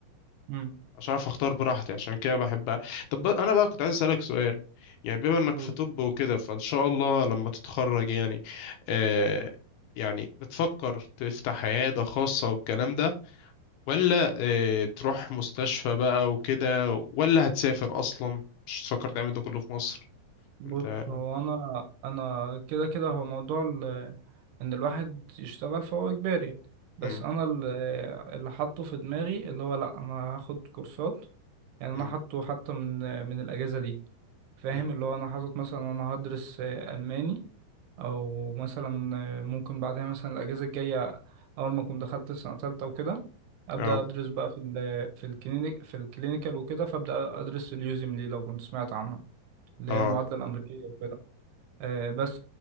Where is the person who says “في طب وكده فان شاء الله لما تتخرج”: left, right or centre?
Left